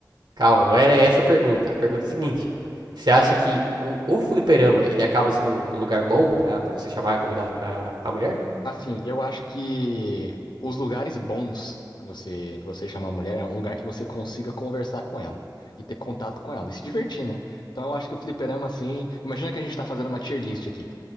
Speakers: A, on the right; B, on the left.
A: calma, não era essa a pergunta. A pergunta é a seguinte: você acha que o, o fliperama ele acaba sendo um, um lugar bom pra pra você chamar e convidar a, a mulher?
B: Assim, eu acho que os lugares bons pra você, para você chamar a mulher é um lugar que você consiga conversar com ela e ter contato com ela e se divertir, né? Então eu acho que o fliperama, assim, imagina que a gente tá fazendo uma tier list aqui,